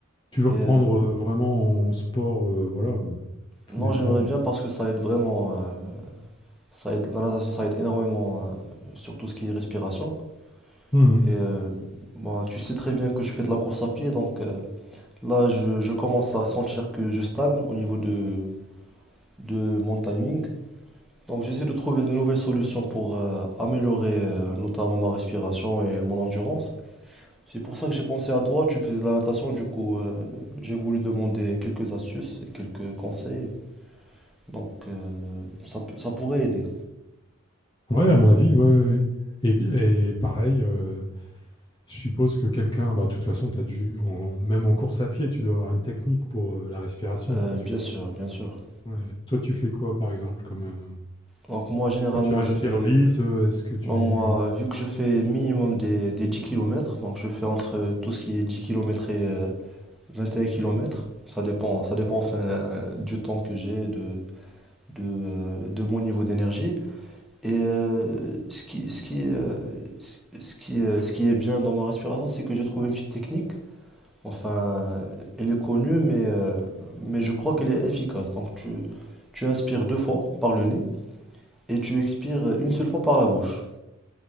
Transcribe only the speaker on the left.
Tu veux reprendre
euh, vraiment en sport, euh, voilà. euh, tout
dépend.
Mhm.
Ouais, à mon avis, ouais, ouais, ouais. Et, puis- et pareil, euh, je suppose que quelqu'un, bah, de toute façon, t'as dû, en- même en course à pied, tu dois avoir une technique pour euh, la respiration,
quoi. Tu,
ouais. Toi, tu fais quoi, par exemple, comme. euh,
Est-ce que tu respires
vite? euh, Est-ce que tu...